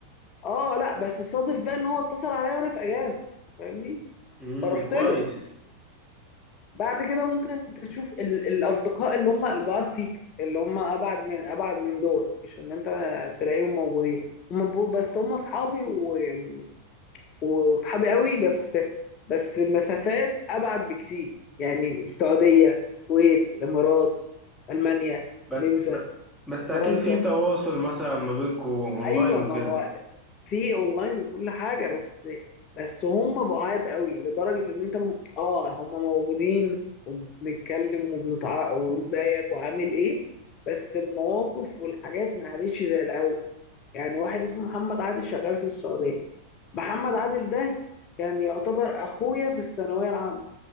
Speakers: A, on the left; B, in the centre.
A: اه لا بس صادف بقى ان هو اتصل عليا وانا في اجازه فاهمني
B: امم
A: فرحت
B: كويس
A: له بعد كده ممكن تشوف ال- الاصدقاء اللي هم البعاد فيك اللي هم ابعد من ابعد من دول مش اللي انت تلاقيهم موجودين هم بيقول- بس هم اصحابي ويعني وصحابي قوي بس بس المسافات ابعد بكتير يعني السعوديه الكويت الامارات المانيا
B: بس
A: النمسا
B: ب- بس اكيد
A: فرنسا
B: في تواصل مثلا ما بينكم اونلاين
A: ايوه
B: وكده
A: ما هو في اونلاين وكل حاجه بس بس هم بعاد قوي لدرجه ان انت م... اه هم موجودين وبنتكلم وبنتع وازيك وعامل ايه بس المواقف والحاجات ما عادتش زي الاول يعني واحد اسمه محمد عادل شغال في السعوديه محمد عادل ده كان يعتبر اخويا في الثانويه العامه